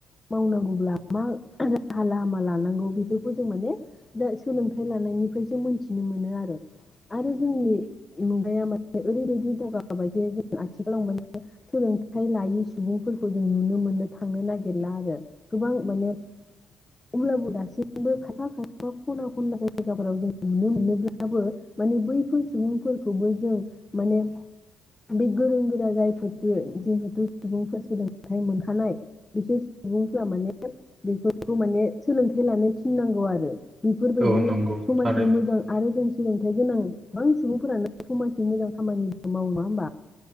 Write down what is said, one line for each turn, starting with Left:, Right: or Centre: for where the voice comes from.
Left: मावनांगौब्ला मा राहा लामा लानांगौ बेफोरखौ जों माने दा सोलोंथाइ लानायनिफ्रायसो मोन्थिनो मोनो आरो आरो जोंनि मुगाया माने ओरैबायदि दावगाबोबाय जे जों आथिखालाव माने सोलोंथाइ लायै सुबुंफोरखौ जों नुनो मोनो था थांनो नागिरला आरो गोबां माने अब्लाबो दासिमबो खायफा खायफा खना खनला जायगाफोराव जों नुनो मोनोब्लाबो माने बैफोर सुबुंफोरखौबो जों माने बे गोरों गोरा जायफोर जिहेथु सुबुंफोर सोलोंथाइ मोनखानाय। बिसोर सुबुंफ्रा माने बेफोरखौ माने सोलोंथाइ लानो थिननांगौ आरो बेफोरबायदि
Right: औ नंगौ
Left: समाजनि
Right: थारैनो
Left: मोजां आरो जों सोलोंथाइ गोनां गोबां सुबुंफोरानो समाजनि मोजां खामानि मावो नङा होमबा?